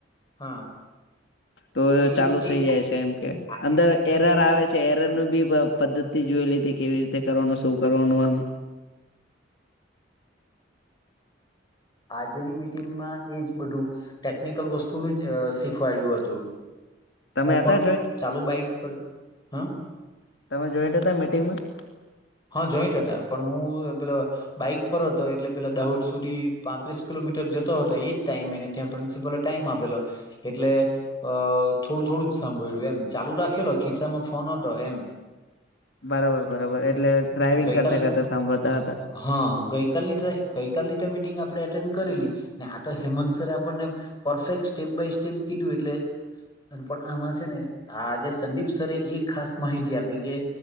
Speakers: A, on the left; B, on the left.
A: હા
B: તો
A: એ
B: ચાલુ
A: એજ એ
B: થઇ
A: આજે-
B: જાય છે એમ કે
A: આજની
B: અંદર એરર
A: મીટિંગમાં
B: આવે છે એરર બી પદ્ધતિ જોયલી હતી કેવી રીતે કરવાનું શું કરવાનું આમ
A: આજની મિટિંગમાં એ જ બધું ટેકનિકલ વસ્તુનું જ શીખવાડ્યું હતું
B: તમે
A: હું પણ
B: હતા જોઈન્ટ
A: ચાલુ બાઈક પર હ
B: તમે જોઈન્ટ હતા મીટિંગમાં
A: હા જોઈન્ટ હતો પણ હું પેલો બાઈક પર હતો એટલે પેલા દાહોદ સુધી પાંત્રીસ કિલોમીટર જતો હતો એજ ટાઈમ એને ત્યાં પ્રિન્સિપલે ટાઈમ આપેલો એટલે અ થોડું થોડું જ સાંભળ્યું એમ ચાલુ રાખેલો ખિસ્સામાં ફોન હતો એમ
B: બરોબર બરોબર એટલે ડ્રાઈવિંગ
A: ગઈકાલ
B: કરતા કરતા સાંભળતા હતા
A: હા ગઈકાલની ગઈકાલની મીટિંગ આપણે એટેન્ડ કરેલી ને આ તો હેમંત સરે આપણને પરફેક્ટ સ્ટેપ બાય સ્ટેપ કીધું એટલે અને પણ આમાં છે ને આજે સંદીપ સરે એક ખાસ માહિતી આપી કે